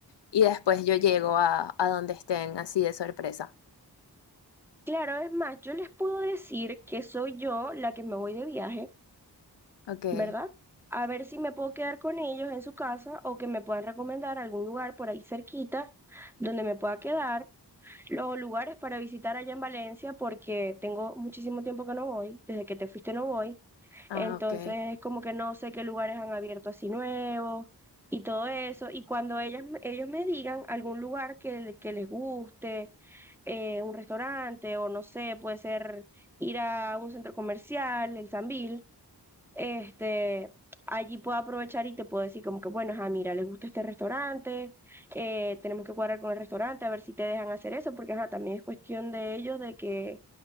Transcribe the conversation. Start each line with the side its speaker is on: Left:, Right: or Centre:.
Left: Y después yo llego a, a donde estén, así de sorpresa.
Centre: Claro, es más, yo les puedo decir que soy yo la que me voy de viaje
Left: Ok,
Centre: ¿verdad? A ver si me puedo quedar con ellos en su casa o que me puedan recomendar algún lugar por ahí cerquita donde me pueda quedar, los lugares para visitar allá en Valencia porque tengo muchísimo tiempo que no voy, desde que te fuiste no voy,
Left: ah,
Centre: entonces
Left: ok.
Centre: como que no sé qué lugares han abierto así nuevos y todo eso, y cuando ellas, ellos me digan algún lugar que, le- que les guste, eh, un restaurante o no sé, puede ser ir a un centro comercial, el Sambil este, allí puedo aprovechar y te puedo decir como que, bueno, ajá, mira, les gusta este restaurante, eh, tenemos que cuadrar con el restaurante a ver si te dejan hacer eso, porque ajá, también es cuestión de ellos de que,